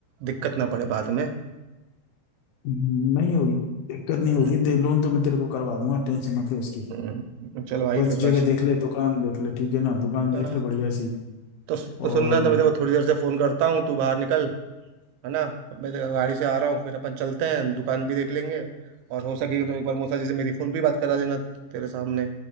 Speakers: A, on the right (about 80°); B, on the left (about 85°).
A: दिक्कत ना पड़े बाद में
B: हम्म, नहीं होगी दिक्कत नहीं होगी
A: हम्म,
B: दे लोन तो मैं तेरे को करवा दूंगा टेंशन मत ले उसकी
A: हम्म, चल भाई
B: बस
A: फिर बस
B: जगह देख ले दुकान देख ले ठीक है ना दुकान
A: हाँ,
B: देख ले बढ़िया सी
A: तो
B: और
A: तो सुनना तो मैं तेरे को थोड़ी देर से फ़ोन करता हूँ तू बाहर निकल है ना मैं तेरे गाड़ी से आ रहा हूँ फिर अपन चलते हैं दुकान भी देख लेंगे और हो सके तो एक बार मौसा जी से मेरी फ़ोन पे बात करा देना तेरे सामने